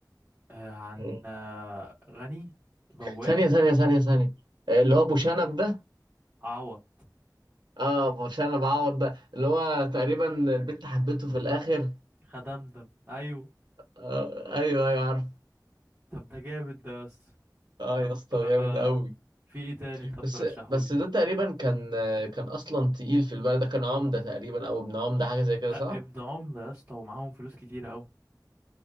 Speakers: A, on the right (about 30°); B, on the right (about 80°).
A: آه، عن
B: مم.
A: آه، غني بواب
B: ثانية ثانية ثانية ثانية آه اللي هو ابو شنب ده
A: عوض
B: اه ابو شنب عوض ده اللي هو تقريبا البت حبته في الاخر
A: هدمدم ايوه
B: آه ايوه ايوه عارف
A: طب ده جامد ده يا اسطى
B: اه
A: طب
B: يا اسطى جامد
A: آه،
B: قوي
A: في ايه تاني طب
B: بس
A: ترشحولي
B: بس ده تقريبا كان آه، كان اصلا تقيل في البلد ده كان عمدة تقريبا او ابن عمدة حاجة زي كده
A: غ...
B: صح؟
A: ابن عمرو يا اسطى ومعاهم فلوس كتير قوي